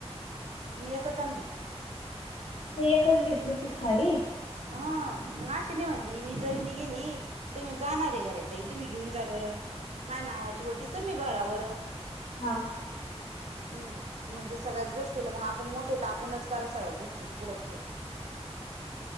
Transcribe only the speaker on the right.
मी एकच आणली.
हा मग अशीे नाही, म्हणली मी जरी नाय गेली. तुम्ही जाणार आहे. गोड्या ताई, तुम्ही घेऊन जा बरं माझ्या नावाची ओटी तुम्ही भरा बरं.
हम् म्हणजे, सगळ्याच गोष्टी मग, आपण मोठेेत आपणच करा सगळ्या गोष्टी पुढं पुढं.